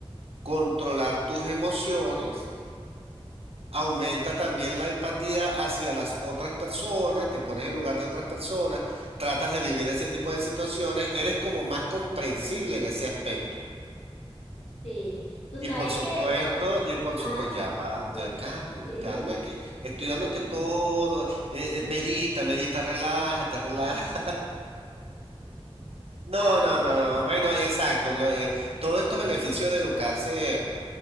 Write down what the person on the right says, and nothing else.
Controlar tus emociones Aumenta también la empatía hacia las otras personas, te pones en lugar de otras personas, tratas de vivir ese tipo de situaciones, eres como más comprensible en ese aspecto.
Y por supuesto,
y por
supuesto, ya va,
ya calma,
calma, que estoy dándote todo, eh, eh, medita, medita, relájate, relájate. No,
no,
no, no. Bueno, exacto. lo, eh, todos estos beneficios de educarse.